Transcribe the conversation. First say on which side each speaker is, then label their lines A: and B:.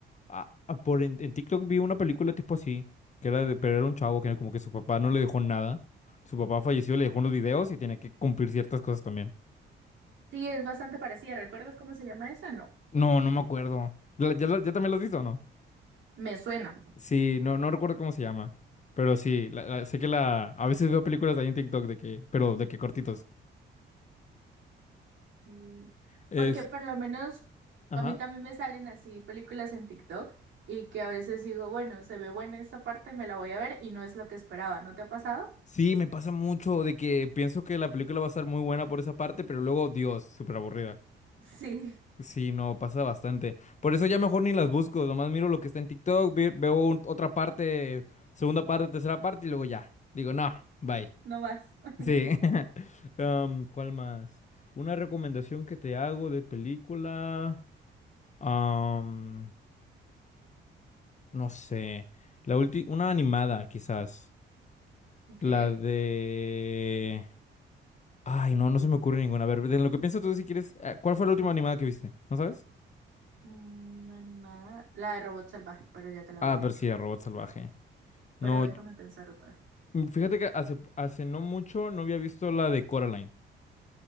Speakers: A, on the left (about 35°); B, on the right (about 75°).
A: a- a por en, en TikTok vi una película tipo así, que era de, pero era un chavo que como que su papá no le dejó nada, su papá falleció, le dejó unos videos y tenía que cumplir ciertas cosas también.
B: Sí, es bastante parecida. ¿Recuerdas cómo se llama esa? No,
A: No, no me acuerdo, ¿La- ¿ya, la- ya también lo has visto o no?
B: me suena.
A: Sí, no, no recuerdo cómo se llama. Pero sí, la- la- sé que la... A veces veo películas ahí en TikTok de que... Pero de que cortitos.
B: Mm,
A: Es,
B: Porque por lo menos
A: ajá.
B: A mí también me salen así películas en TikTok y que a veces digo, bueno, se ve buena esta parte, me la voy a ver y no es lo que esperaba. ¿No te ha pasado? <laughs>
A: Sí, me pasa mucho de que pienso que la película va a estar muy buena por esa parte, pero luego, Dios, súper aburrida.
B: Sí,
A: Sí, no, pasa bastante. Por eso ya mejor ni las busco, nomás miro lo que está en TikTok, ve- veo un- otra parte, segunda parte, tercera parte y luego ya. Digo, no, bye.
B: no más. <laughs>
A: Sí. <laughs> Am, ¿cuál más? Una recomendación que te hago de película. am, no sé. La última, una animada, quizás.
B: Ok.
A: La de... Ay, no, no se me ocurre ninguna. A ver, de lo que piensas tú si quieres. eh, ¿Cuál fue la última animada que viste? ¿No sabes?
B: Mm, animada. La de Robot Salvaje, pero ya te la
A: Ah,
B: había dicho.
A: pero sí, de Robot Salvaje. No,
B: Pero déjame
A: yo-
B: pensar otra.
A: mm, fíjate que hace, hace no mucho no había visto la de Coraline.